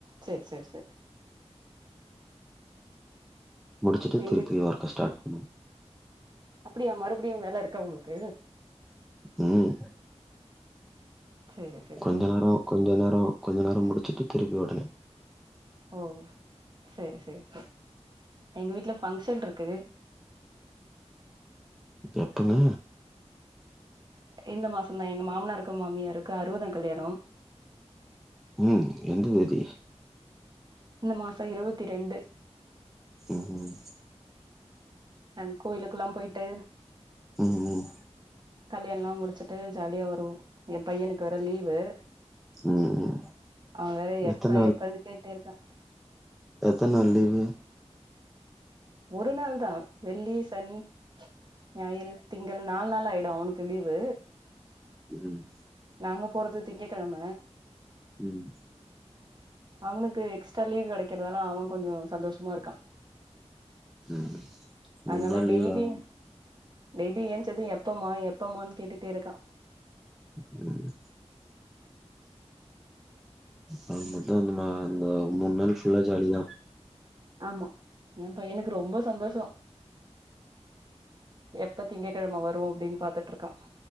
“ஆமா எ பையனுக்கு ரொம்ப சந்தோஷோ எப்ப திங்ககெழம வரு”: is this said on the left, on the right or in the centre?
Right